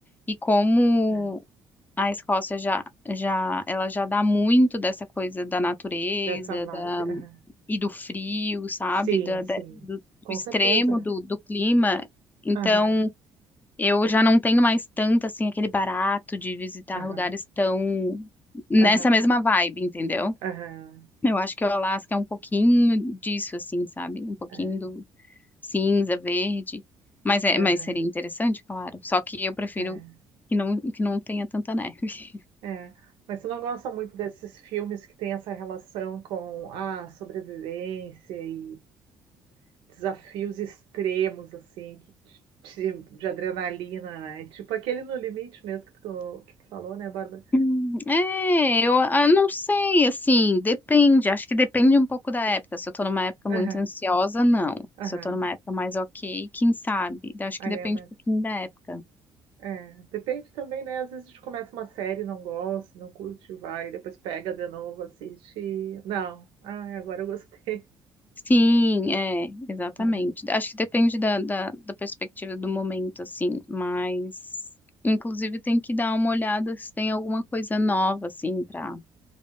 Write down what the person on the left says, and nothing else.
E como
a Escócia já, já, ela já dá muito dessa coisa da natureza,
da,
e do frio, sabe?
Da,
da- do, do
extremo
do, do clima. Então,
eu já não tenho mais tanto, assim, aquele barato de visitar
lugares tão nessa
mesma vibe, entendeu?
Eu acho que o Alasca é um pouquinho disso, assim, sabe? Um pouquinho
do, cinza, verde. Mas, é,
mas seria interessante, claro. Só que eu prefiro
que não, que não tenha tanta neve. <laughs>
Hum, É, eu ah, não sei, assim, depende. Acho que depende um pouco da época. Se eu tô numa época
muito ansiosa, não.
Se eu tô numa época mais ok, quem sabe? Acho
que depende
um pouquinho da época.
Sim, é,
exatamente.
Acho que depende da, da, da perspectiva do momento, assim, mas inclusive tem que dar uma olhada se tem alguma coisa nova, assim, pra